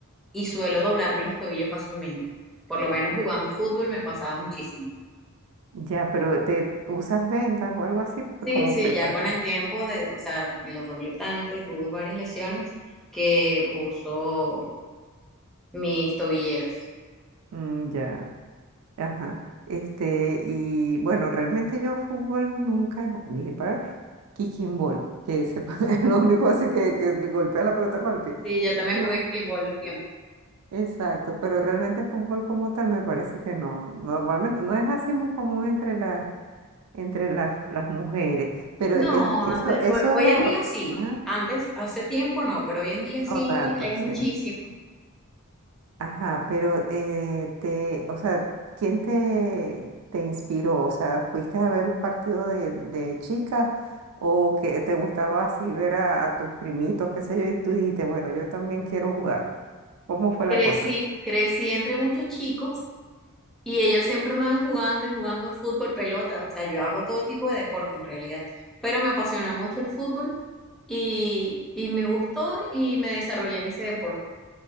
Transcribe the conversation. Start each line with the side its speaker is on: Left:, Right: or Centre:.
Centre: y suelo doblarme los tobillos fácilmente. Por lo menos
Right: Ah,
Centre: jugando fútbol me pasaba muchísimo.
Right: Ya, pero te usas vendas o algo así, pues,
Centre: Sí,
Right: como
Centre: sí,
Right: que
Centre: ya
Right: para
Centre: con
Right: qué.
Centre: el tiempo de, o sea, me los doblé tanto y tuve varias lesiones que uso mis tobilleras.
Right: Mm, ya, ajá. Este, y bueno, realmente yo fútbol nunca he jugado. Para kicking ball, que se, <laughs> es lo único así que, que golpea la pelota con el pie.
Centre: Sí, yo también
Right: Pero,
Centre: jugué kickball un tiempo.
Right: exacto, pero realmente fútbol como tal me parece que no. Normalmente no es así muy común entre la entre las, las mujeres. Pero
Centre: No,
Right: es, eso,
Centre: antes,
Right: eso
Centre: ho- hoy
Right: lo...
Centre: en día sí.
Right: ah,
Centre: Antes, hace tiempo no, pero hoy en día sí
Right: No tanto,
Centre: hay
Right: sí.
Centre: muchísimos.
Right: Ajá, pero eh, te, o sea, ¿quién te, te inspiró? O sea, ¿fuiste a ver un partido de, de chicas o que te gustaba así ver a, a tus primitos, qué sé yo, y tú dijiste, bueno, yo también quiero jugar? ¿Cómo fue la
Centre: Crecí,
Right: cosa?
Centre: crecí entre muchos chicos y ellos siempre andaban jugando y jugando fútbol, pelota. O sea, yo hago todo tipo de deporte en realidad, pero me apasionó mucho el fútbol y, y me gustó y me desarrollé en ese deporte.